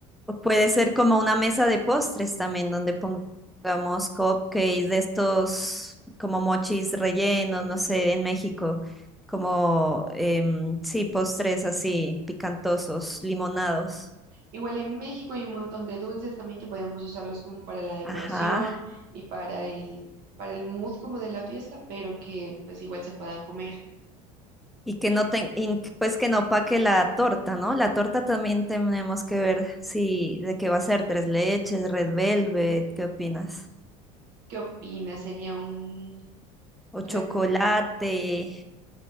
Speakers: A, in the centre; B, on the right.
A: O Puede ser como una mesa de postres también, donde pongamos cupcakes de estos como mochis rellenos, no sé, en México, como em, sí, postres así, picantosos, limonados.
B: Igual en México hay un montón de dulces también que podemos usarlos como para la decoración
A: Ajá.
B: y para el, para el mood como de la fiesta, pero que pues igual se puedan comer.
A: Y que no ten, y que, pues que no opaque la torta, ¿no? La torta también tenemos que ver si de qué va a ser, tres leches, red velvet, ¿qué opinas?
B: ¿Qué opinas? Sería un
A: O
B: re,
A: chocolate.